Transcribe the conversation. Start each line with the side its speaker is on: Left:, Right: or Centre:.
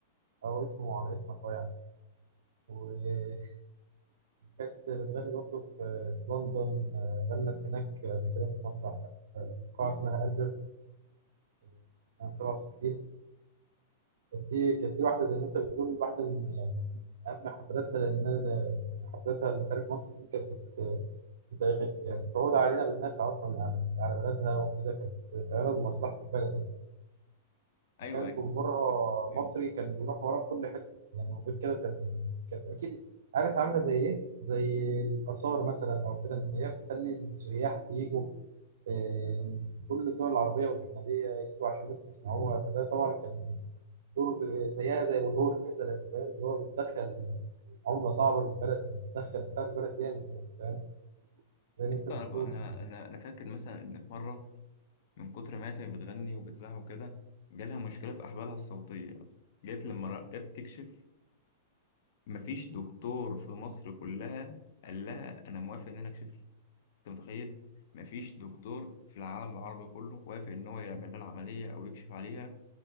Right: هو اسمه على اسمك هو يعني وكانت بتغني برضه في في لندن آه، غنت هناك قبل كده في مسرح آه، في قاعة اسمها ألبرت آه، سنة 67 كانت دي كانت دي واحدة زي ما أنت بتقول واحدة من يعني من أهم حفلاتها لأنها زي حفلاتها اللي خارج مصر دي كانت بت- بت- يعني بتعود علينا بالنفع أصلا على على بلدها وكده كانت بتعملها لمصلحة البلد يعني.
Left: ايوه
Right: كان
Left: ايوه
Right: جمهور
Left: أيوة.
Right: مصري كان بيروح ورا في كل حته يعني وغير كده كان كانت اكيد عارف عامله زي ايه؟ زي الاثار مثلا او كده ان هي بتخلي السياح يجوا آه، من كل الدول العربيه والاجنبيه يجوا عشان بس يسمعوها فده طبعا كان دور ب- زيها زي والهول مثلا فاهم اللي هو بتدخل عمله صعبه للبلد بتدخل بتساعد البلد جامد يعني فاهم زي ما
Left: يسطا
Right: انت بتقول
Left: انا انا انا أنا فاكر مثلا ان في مره من كتر ما هي كانت بتغني وبتزعق وكده جالها مشكلة في أحبالها الصوتية جت لما را- جت تكشف مفيش دكتور في مصر كلها قال لها أنا موافق إن أنا أكشف لك أنت متخيل؟ مفيش دكتور في العالم العربي كله وافق إن هو يعمل لها العملية أو يكشف عليها